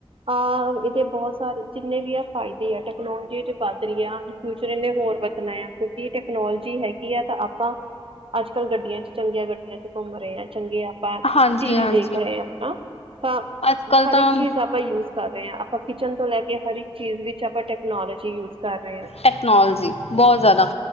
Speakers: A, on the right; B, on the left.
A: ਅਹ ਇਹਦੇ ਬਹੁਤ ਸਾਰੇ ਜਿੰਨੇ ਵੀ ਆ ਫਾਇਦੇ ਆ ਟੈਕਨੋਲੋਜੀ ਚ ਵੱਧ ਰਹੀ ਆ ਫਿਊਚਰ ਇੰਨੇ ਹੋਰ ਵਰਤਣਾ ਆ ਕਿਉਂਕਿ ਟੈਕਨੋਲੋਜੀ ਹੈਗੀ ਆ ਤਾਂ ਆਪਾਂ ਅੱਜ ਕੱਲ੍ਹ ਗੱਡੀਆਂ ਚ ਚੱਲ ਗਿਆ ਗੱਡੀਆਂ ਚ ਘੁੰਮ ਰਹੇ ਹੈ ਚੰਗੇ ਆਪਾਂ
B: ਹਾਂਜੀ-ਹਾਂਜੀ
A: ਟੀ ਵੀ ਦੇਖ ਰਹੇ ਹਾਂ ਹਨਾ ਤਾਂ
B: ਅੱਜ ਕੱਲ
A: ਹਰ
B: ਤਾਂ
A: ਇੱਕ ਚੀਜ਼ ਆਪਾਂ ਯੂਜ ਕਰ ਰਹੇ ਹਾਂ ਆਪਾਂ ਕਿਚਨ ਤੋਂ ਲੈ ਕੇ ਹਰ ਇੱਕ ਚੀਜ਼ ਵਿੱਚ ਆਪਾਂ ਟੈਕਨੋਲੋਜੀ ਯੂਜ ਕਰ ਰਹੇ ਹਾਂ
B: ਟੈਕਨੋਲੋਜੀ ਬਹੁਤ ਜ਼ਿਆਦਾ